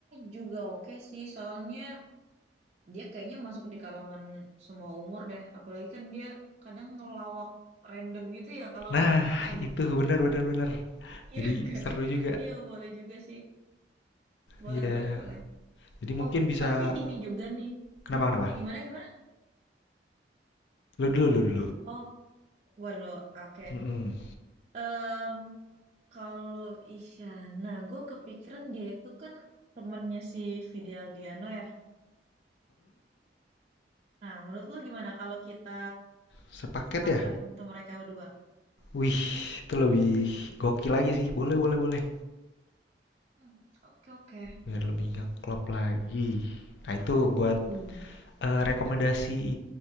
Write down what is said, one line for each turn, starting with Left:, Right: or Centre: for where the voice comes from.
Right: juga oke sih, soalnya dia kayaknya masuk di kalangan semua umur deh. Apalagi kan dia kadang ngelawak random gitu ya kalau
Left: Nah
Right: lagi perform.
Left: itu benar benar benar
Right: Iya
Left: Jadi
Right: kan?
Left: seru juga.
Right: Iya boleh juga sih. Boleh,
Left: Iya. Yeah.
Right: boleh, boleh.
Left: Jadi mungkin
Right: Oh,
Left: bisa
Right: tapi ini juga nih.
Left: kenapa
Right: Hmm?
Left: kenapa?
Right: Gimana, gimana?
Left: Lu dulu lu dulu.
Right: Oh, gua dulu. Oke.
Left: hmm mm
Right: Em, kalau Isyana, gue kepikiran dia itu kan temennya si Fidel Diano ya. Nah, menurut lu gimana kalau kita
Left: Sepaket
Right: partnerin
Left: ya?
Right: tuh mereka berdua?
Left: Wih itu lebih gokil lagi sih. Boleh boleh boleh.
Right: Hmm, Oke, oke.
Left: Biar lebih ngeklop lagi. Nah itu buat
Right: Hmm.
Left: eh, rekomendasi